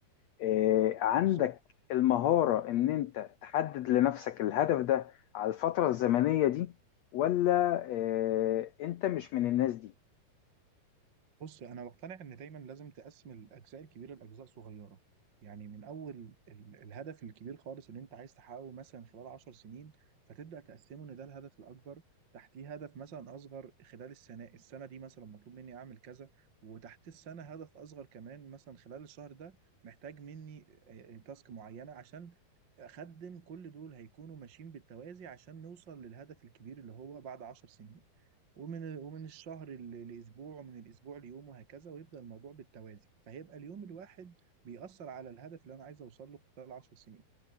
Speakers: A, on the left; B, on the right.
A: إيه عندك
B: بالظبط
A: المهارة إن أنت تحدد لنفسك الهدف ده على الفترة الزمنية دي ولا إيه أنت مش من الناس دي؟
B: بص انا مقتنع ان دايما لازم تقسم الاجزاء الكبيره لاجزاء صغيره يعني من اول ال- الهدف الكبير خالص اللي انت عايز تحققه مثلا خلال 10 سنين فتبدا تقسمه ان ده الهدف الاكبر تحتيه هدف مثلا اصغر خلال السنه السنه دي مثلا مطلوب مني اعمل كذا وتحت السنه هدف اصغر كمان مثلا خلال الشهر ده محتاج مني آه، آه، تاسك معينه عشان اخدم كل دول هيكونوا ماشيين بالتوازي عشان نوصل للهدف الكبير اللي هو بعد 10 سنين ومن ومن الشهر ل- لاسبوع ومن الاسبوع ليوم وهكذا ويبدا الموضوع بالتوازي فهيبقى اليوم الواحد بيأثر على الهدف اللي انا عايز اوصل له خلال 10 سنين